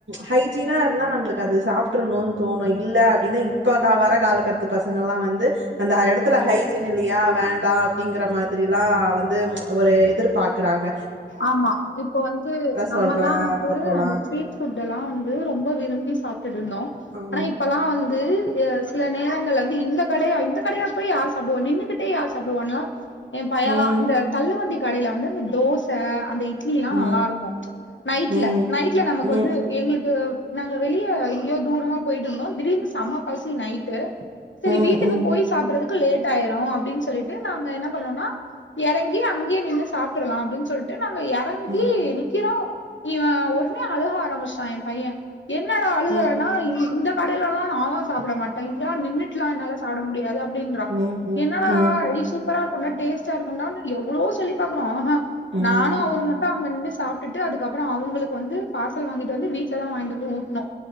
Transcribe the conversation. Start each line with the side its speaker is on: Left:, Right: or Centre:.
Right: ஹைஜீனா இருந்தா நம்மளுக்கு அது சாப்டர்னுனு தோணு இல்ல அப்படின்னா இப்ப வர காலக்கட்டத்து பசங்கள வந்து அந்த எடத்துல ஹைஜீன் இல்லையா வேண்டா அப்படிங்கற மார் த்ரிலா வந்து ஒரு எதிர்பாக்குறாங்க
Left: ஆமா இப்ப வந்து நம்மல்லா
Right: சொல்றேன்.
Left: வந்து
Right: அங்க போலாம்.
Left: அந்த ஸ்ட்ரீட் ஃபுட் எல்லா வந்து ரொம்ப விரும்பி டிருந்தோ
Right: ஆமா.
Left: ஆனா இப்பல்லா வந்து சில நேரங்கள இந்த கடையா இந்த கடையில போய் யார் சாப்புடுவா நின்னுகிட்டே யார் சாப்டுவானுலா எ பையலா
Right: ம்.
Left: இந்த தள்ளு வண்டி கடைல வந்து இந்த தோஸ் ச அந்த இட் இட்லிலா
Right: ம்.
Left: நல்லா இருக்கும் ம்ச் நைட்ல
Right: ம்.
Left: நைட்ல நமக்கு
Right: ம்.
Left: வந்து எங்ளுக்கு நாங்க வெளிய எங்கியோ தூரமா போய்ட்டு இருந்தோ திடீர்னு சம பசி நைட்டு செரி
Right: ம். ம்.
Left: வீட்டுக்கு போய் சாப்டுறதுக் கு லேட் ஆய்ரு அப்டின் சொல்லிட்டு நாங்க என்ன பண்ணோனா எறங்கி அங்கியே நின்னு சாப்ட்ருலா அப்டின் சொல் நாங்க எறங்கி
Right: ம்.
Left: நிக்கிறோ இவ ஒடனே அழக ஆரம்பிச்சுட்டா என் பையன் என்னடா அழுகுறனா
Right: ம்.
Left: இ இந்த கடையிலலா நாலா சாப்ட மட் ட இங்கலா நின்னுட்லா என்னால சாப்ட முடியாது அப்டின்றா
Right: ம். ம்.
Left: என்னடா
Right: ம்.
Left: <unintelligible> சூப்பரா இருக்குன்டா டேஸ்டா இருக்குன்டானு எவ்ளோ சொல்லி பாக்குறோ அஹம்
Right: ம்.
Left: நானு அவுரு மட்டு அங்க நின்னு சாப்டுட்டு அதுக்கப்பறோ அவுங்களுக்கு வந்து பார்சல் வாங்கிட்டு வந்து வீட்டுல தா வாங்கிட்டு வந்து ஊட்ணோ